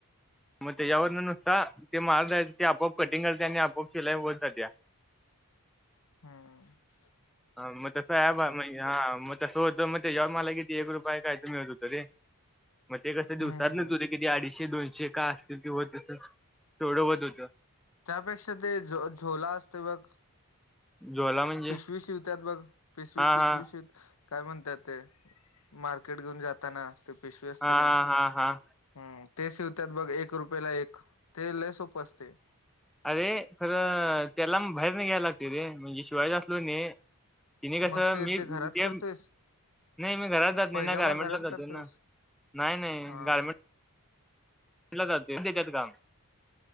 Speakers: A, in the centre; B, on the left (about 80°).
A: म याववर न ते मार ते आपआप कटिंग करते आणि आपआप शिलाई होत जात
B: हम्
A: ह मग तसं आहे बा हा मग तसं होतं मग जव्हा मला किती एक रुपय काय तुम्ही होतो त रे मग ते कसं
B: हम्म
A: दिवसात
B: हम्म
A: नच होते किती अडीचशे दोनशे का असतील किंवा तस थोडंवत होतं
B: त्यापेक्षा ते झो झोला असते ब
A: जोला म्हणजे
B: पिशवी शिवतात बघ पिशवी
A: हा
B: पिशवी
A: हा
B: शिवत काय म्हणतात ते मार्केट घेऊन जाताना ते पिशवी असते
A: हा
B: ना.
A: हा हा हा.
B: हम् ते शिवतात बघ एक रुपयाेला एक ते ल सोप असते.
A: अरे खरं त्याला बाहेर नाही घ्यायला लागत रे म्हणजे शिवायच असलो न. ति नाही कसं
B: मग ते
A: मी
B: घरात
A: ते
B: करतोयस
A: नाही मी घरात जात
B: पैजामा
A: नाही नाही गारमेंटला
B: घरात करतोयस
A: जातो ना नाही नाही
B: हा
A: गार्मेंट च्याात काम